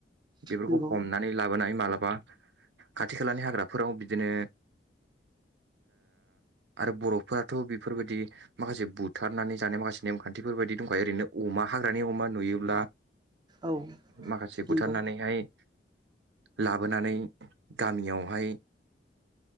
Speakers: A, on the right; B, on the right.
A: बेफोरखौ
B: नंगौ
A: हमनानै लाबोनानै मालाब बा खाथि खालानि हाग्राफोराव बिदिनो आरो बर'फोराथ' बेफोरबायदि माखासे बुथारनानै जानाय माखासे नेमखान्थिफोर बायदि दंखायो ओरैनो अमा हाग्रानि अमा नुयोब्ला
B: औ
A: माखासे बुथारनानैहाय
B: नंगौ
A: लाबोनानै गामियावहाय